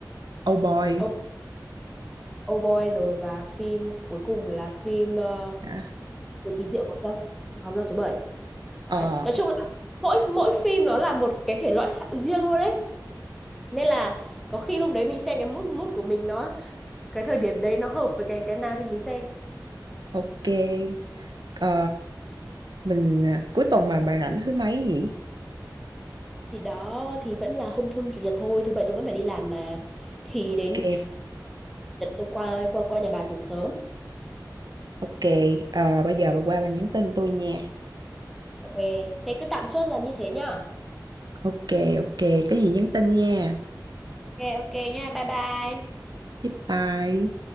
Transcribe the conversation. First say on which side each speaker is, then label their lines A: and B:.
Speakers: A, on the right; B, in the centre.
A: Oh Boy
B: Oh, oh Boy rồi và phim cuối cùng là phim ờ,
A: Hả?
B: Người kỳ diệu phòng giam phòng giam số bảy đấy
A: ờ
B: nói chung là mỗi mỗi phim nó là một cái thể loại khác- riêng luôn đấy nên là có khi hôm đấy mình xem cái mood mood của mình nó cái thời điểm đấy nó hợp với cái cái nào thì mình xem
A: ok Ờ, mình ờ, cuối tuần mà bà rảnh thứ mấy vậy
B: thì đó thì vẫn là hôm hôm chủ nhật thôi thứ bảy tôi vẫn phải đi làm mà thì
A: ok
B: đến Đợt tôi qua qua qua nhà bà từ sớm.
A: Ok, ờ, bây giờ bà qua bà nhắn tin tôi nha.
B: Ok, thế cứ tạm chốt là như thế nhá.
A: Ok, ok, có gì nhắn tin nha.
B: Ok ok nha, bye bye.
A: Bye bye.